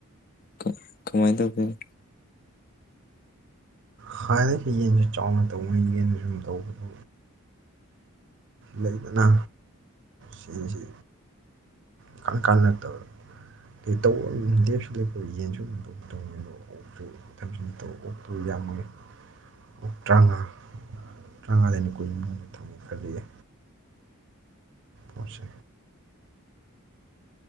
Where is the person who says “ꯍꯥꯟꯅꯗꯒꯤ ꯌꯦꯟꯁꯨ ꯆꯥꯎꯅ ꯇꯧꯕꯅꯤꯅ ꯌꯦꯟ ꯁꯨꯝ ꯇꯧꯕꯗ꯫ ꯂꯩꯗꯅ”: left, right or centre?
Right